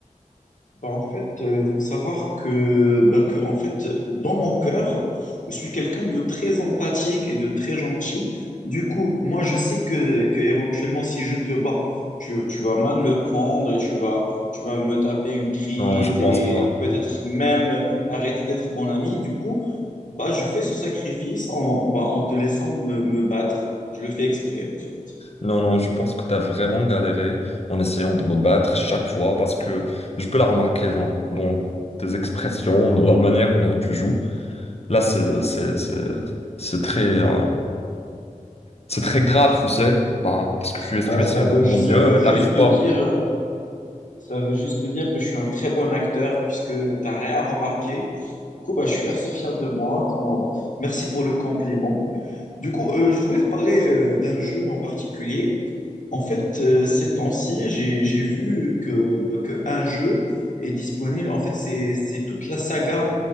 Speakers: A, on the left (about 70°); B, on the left (about 50°).
A: Bah, en fait, il faut savoir que, bah, que, en fait, dans mon cœur, je suis quelqu'un de très empathique et de très gentil. Du coup, moi, je sais que, que éventuellement, si je te bats, tu, tu vas mal le prendre et tu vas, tu vas me taper une crise
B: Non, je pense
A: et
B: pas.
A: peut-être même arrêter d'être mon ami. Du coup, bah, je fais ce sacrifice en, bah, en te laissant me, me battre. Je le fais exprès, en fait.
B: Non, non, je pense que t'as vraiment galéré en essayant de me battre chaque fois parce que je peux la remarquer, genre, dans tes expressions, dans la manière dont tu joues. Là, c'est, c'est, c'est, c'est très, euh, c'est très grave, tu sais, Ben, parce que tu,
A: Bah,
B: es- tu
A: ça
B: essaies
A: veut,
B: de ton
A: ça
B: mieux,
A: veut
B: mais
A: juste
B: t'arrives
A: te
B: pas.
A: dire. Ça veut juste dire que je suis un très bon acteur puisque tu n'as rien remarqué. Du coup, bah, je suis assez fier de moi. Quand... Merci pour le compliment. Du coup, euh, je voulais te parler euh, d'un jeu en particulier. En fait, euh, ces temps-ci, j'ai, j'ai vu que, bah, que un jeu est disponible. En fait, c'est, c'est toute la saga